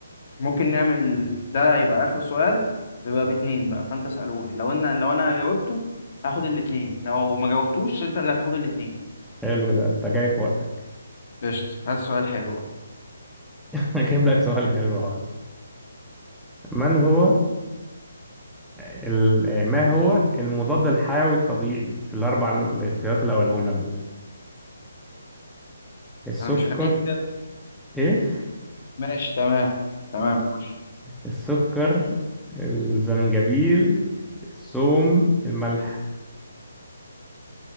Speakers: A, on the left (about 45°); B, in the centre.
A: ممكن نعمل ده يبقى آخر سؤال ويبقى باتنين بقى فأنت اسأله لي لو أنا لو أنا جاوبته هاخد الاتنين لو ما جاوبتوش أنت اللي هتاخد الاتنين
B: حلو ده انت جاي في وقتك
A: قشطة هات سؤال حلو بقى
B: <laughs> هجيب لك سؤال حلو هذا من هو ال... ما هو المضاد الحيوي الطبيعي في الاربع الاختيارات اللي هقولهم لك دول السكر
A: أنا مش خليك كده
B: ايه
A: ماشي تمام تمام خش
B: السكر الزنجبيل الثوم الملح